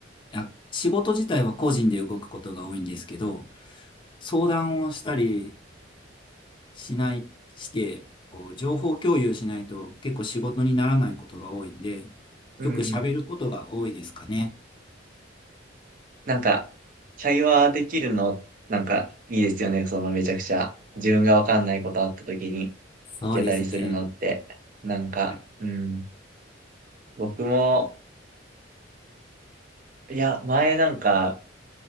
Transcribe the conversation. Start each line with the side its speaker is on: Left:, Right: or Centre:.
Left: あ、仕事自体は個人で動くことが多いんですけど、相談をしたりしない、して、こう、情報共有しないと結構仕事にならないことが多いんで、
Right: うん。
Left: よく喋ることが多いですかね。
Right: なんか、会話できるの、なんか、いいですよね。そのめちゃくちゃ、自分がわかんないことあった時に
Left: そうですね。
Right: 聞けたりするのって。なんか、
Left: はい。
Right: うん。僕も、いや、前なんか、